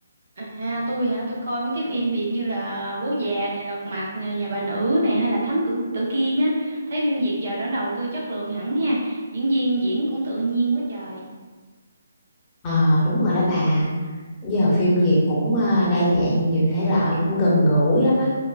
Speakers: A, on the right (about 55°); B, on the left (about 20°).
A: à tôi hả tôi coi mấy cái phim Việt như là Bố già nè Lật mặt nè Nhà bà nữ nè hay là Thám Tử Tử Kiên á thấy phim Việt giờ đã đầu tư chất lượng hẳn ha diễn viên diễn cũng tự nhiên quá trời
B: ờ đúng rồi đó bà giờ phim Việt cũng ờ, đa dạng nhiều thể loại cũng gần gũi lắm á